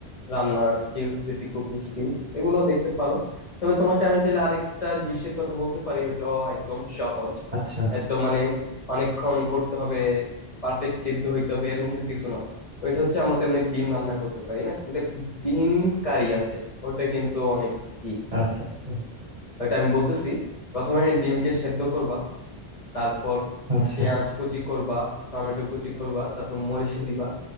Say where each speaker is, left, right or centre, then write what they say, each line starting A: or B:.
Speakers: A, on the left; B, on the right.
A: রান্নার স্কিলস বেসিক কুকিং স্কিলস এগুলো দেখতে পারো তবে তোমাকে আমি চাইলে আরেকটা ডিশের কথা বলতে পারি ওইটাও একদম সহজ
B: আচ্ছা আচ্ছা
A: এত মানে অনেকক্ষণ করতে হবে পারফেক্ট সিদ্ধ হইতে হবে এরকম তো কিছু না ওইটা হচ্ছে আমরা তো এমনি ডিম রান্না করতে পারি না কিন্তু একটা ডিম কারি আছে ওইটা কিন্তু অনেক ই
B: আচ্ছা
A: ওইটা আমি বলতেছি প্রথমে ডিমকে সেদ্ধ করবা তারপর
B: আচ্ছা
A: পেঁয়াজ কুচি করবা টমেটো কুচি করবা তারপর মরিচ দিবা